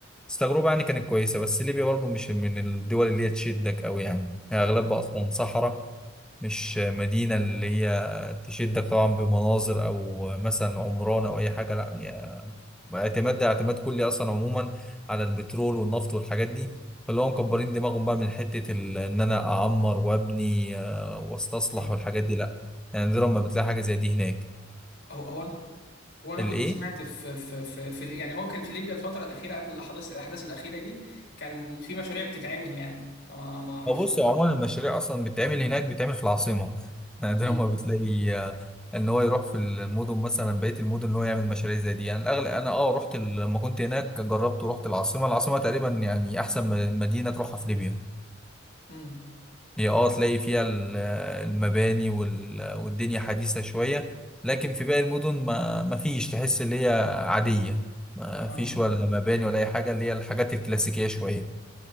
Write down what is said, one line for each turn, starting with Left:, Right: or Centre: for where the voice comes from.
Centre: بس التجربة يعني كانت كويسة بس ليبيا برضه مش من الدول اللي هي تشدك أوي يعني هي
Left: امم
Centre: أغلبها أصلا صحراء مش مدينة اللي هي تشدك طبعا بمناظر أو مثلا عمران أو أي حاجة لا هي اعتماد ده اعتماد كلي أصلا عموما على البترول والنفط والحاجات دي فاللي هم مكبرين دماغهم بقى من حتة ال- إن أنا أعمر وأبني آه، وأستصلح
Left: اه
Centre: والحاجات دي لا يعني دي لما بتلاقي حاجة زي دي هناك
Left: هو هو انا هو انا
Centre: فالإيه؟
Left: كنت سمعت في في في, في يعني هو كان في ليبيا الفترة الأخيرة قبل الأحداث الأحداث الأخيرة دي كان في مشاريع بتتعمل يعني فما ما اعرفش
Centre: هو بص هو عموما المشاريع اصلا بتتعمل هناك بتتعمل في العاصمه نادرا
Left: امم
Centre: ما بتلاقي آه، ان هو يروح في المدن مثلا بقيه المدن ان هو يعمل مشاريع زي دي يعني الاغلب انا اه رحت ال- لما كنت هناك جربت ورحت العاصمه العاصمه تقريبا يعني احسن م- مدينه تروحها في ليبيا
Left: امم
Centre: هي اه تلاقي فيها ال- آه، المباني وال- والدنيا حديثه شويه لكن في باقي المدن ما ما فيش تحس اللي هي عاديه ما
Left: اه
Centre: فيش ولا مباني ولا اي حاجه اللي هي الحاجات الكلاسيكيه شويه